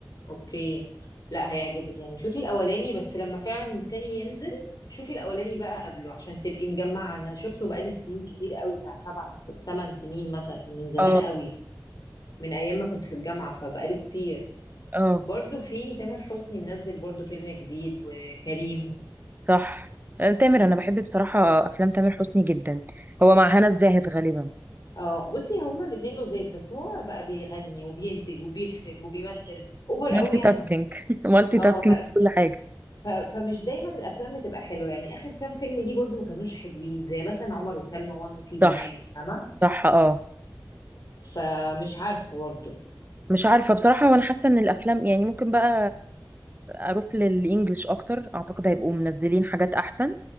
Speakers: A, on the left (about 60°); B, on the right (about 25°).
A: اوكي لا هيعجبك يعني شوفي الاولاني بس لما فعلا التاني ينزل شوفي الاولاني بقى قبله عشان تبقي مجمعه انا شفته بقالي سنين كتير قوي بتاع سبع ست- تمن سنين مثلا من زمان
B: اه
A: قوي من ايام ما كنت في الجامعه فبقاله كتير
B: اه
A: برضو في تامر حسني منزل برضو فيلم جديد وكريم
B: صح آه، تامر انا بحب بصراحه افلام تامر حسني جدا هو مع هنا الزاهد غالبا
A: اه بصي هما الاتنين لذاذ بس هو بقى بيغني وبينتج وبيخرج وبيمثل اوفر
B: مالتي
A: قوي يعني
B: تاسكينج <laughs> مالتي
A: اه
B: تاسكينج
A: لا
B: في كل حاجه
A: ف فمش دايمًا الأفلام بتبقى حلوة، يعني آخر كام فيلم ليه برضه ما كانوش حلوين، زي مثلًا عُمر وسلمى 1 و2 زمان،
B: صح
A: فاهمة؟
B: صح اه
A: فمش عارفة برضه.
B: مش عارفه بصراحه وانا حاسه ان الافلام يعني ممكن بقى اروح للانجليش اكتر اعتقد هيبقوا منزلين حاجات احسن